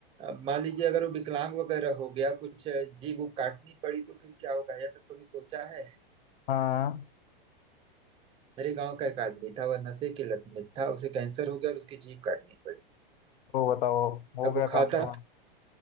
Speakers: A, on the right (about 20°); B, on the left (about 70°).
A: अब मान लीजिए अगर वो विकलांग वगैरह हो गया कुछ अ, जीभ वो काटनी पड़ी तो फिर क्या होगा यह सब कभी सोचा है
B: हाँ
A: मेरे गांव का एक आदमी था वह नशे की लत में था उसे कैंसर हो गया और उसकी जीभ काटनी पड़ी
B: तो बताओ हो
A: अब वो
B: गया
A: खाता
B: काम तमाम